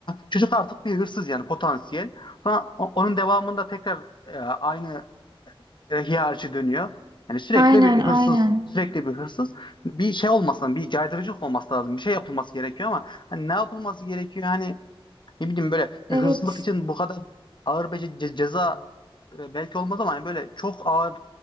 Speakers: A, on the left (about 55°); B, on the right (about 50°).
A: Çocuk artık bir hırsız yani potansiyel. Sonra o- onun devamında tekrar e, aynı e, hiyerarşi dönüyor. Yani sürekli
B: Aynen,
A: bir
B: aynen.
A: hırsız, sürekli bir hırsız. Bir şey olmasın, bir caydırıcılık olması lazım. Bir şey yapılması gerekiyor ama hani ne yapılması gerekiyor? Hani ne bileyim böyle
B: Evet,
A: e, hırsızlık için bu kadar ağır bir ce- ce- ceza e, belki olmaz ama hani böyle çok ağır